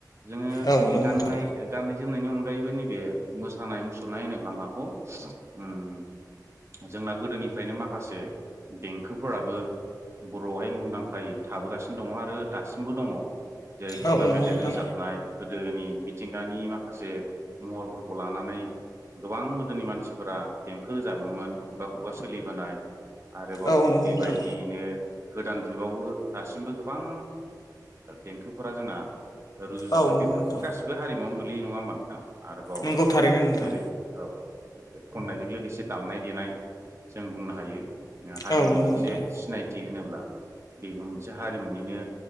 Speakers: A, on the right; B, on the left.
A: जोङो
B: औ नंगौ
A: गाननाय
B: नोंथां
A: ओ गाननाय जोमनायनि अनगायैबो नैबे मोसानाय मुसुरनाय होनोब्ला माखौ उम जोंना गोदोनिफ्रायनो माखासे देंखोफोराबो बर'आवहाय मुंदां खायै थाबोगासिनो दङ आरो दासिमबो दङ जेरै
B: औ
A: खुगा
B: नंगौ
A: मेथाइ
B: नोंथां
A: रोजाबनाय गोदोनि मिथिंगानि माखासे महरफोरखौ लानानै गोबां गोदोनि मानसिफोरा देंखो रोजाबोमोन खुगा खुगा सोलिबोनाय आरोबाव
B: औ नंगौ
A: बेबायदियैनो
B: नोंथां
A: गोदान जुगावबो दासिमबो गोबां देंखोफोरा जोंना ओ रुजुजाबाय
B: औ नंगौ
A: बेफोर
B: नोंथां
A: गासिबो हारिमुआवनो गोलैयो नङा होमबा नोंथां? आरोबाव
B: नंगौ थारैनो नोंथां
A: जेरै औ मेथाय खननायजों लोगोसे दामनाय देनाय जों बुंना हायो हारिनि
B: औ नंगौ
A: मोनसे
B: नोंथां
A: सिनायथि होनोब्ला बेबो मोनसे हारिमुनिनो